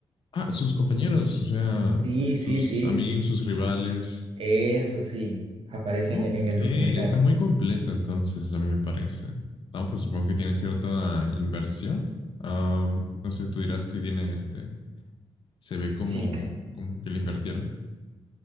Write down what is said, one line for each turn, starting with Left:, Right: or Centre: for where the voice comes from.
Left: Ah, sus compañeros, o sea,
Right: Sí,
Left: sus
Right: sí, sí.
Left: amigos, sus rivales.
Right: Eso sí, aparecen
Left: Ok,
Right: en en el
Left: está
Right: documental.
Left: muy completo entonces, a mí me parece. No, pues supongo que tiene cierta inversión. Am, no sé, tú dirás si tiene este. Se ve como,
Right: Sí.
Left: como que le invirtieron.